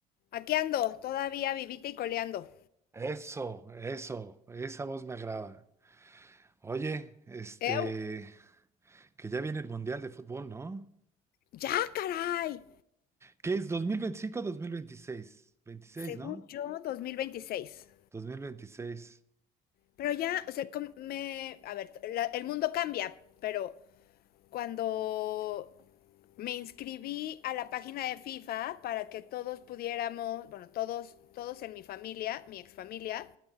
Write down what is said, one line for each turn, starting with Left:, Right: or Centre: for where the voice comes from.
Left: Aquí ando, todavía vivita y coleando.
Right: Eso, eso, esa voz me agrada. Oye, este,
Left: Ew.
Right: que ya viene el Mundial de Fútbol, ¿no?
Left: Ya, caray.
Right: ¿Qué es 2025 o dos mil veintiséis, veintiséis,
Left: Según
Right: ¿no?
Left: yo, 2026.
Right: 2026,
Left: Pero ya, o sea, com- me... A ver, la- el mundo cambia, pero cuando me inscribí a la página de FIFA para que todos pudiéramos, bueno, todos, todos en mi familia, mi exfamilia,